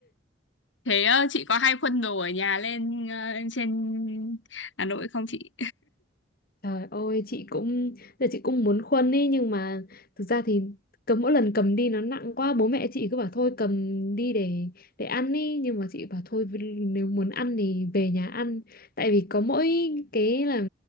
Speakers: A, on the left; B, on the left.
A: thế ờ, chị có hay khuân đồ ở nhà lên ờ, trên Hà Nội không chị
B: Trời ơi chị cũng giờ chị cũng muốn khuân ý nhưng mà thực ra thì cầm mỗi lần cầm đi nó nặng quá bố mẹ chị cứ bảo thôi cầm đi để để ăn ý nhưng mà chị bảo thôi nếu muốn ăn thì về nhà ăn tại vì có mỗi cái là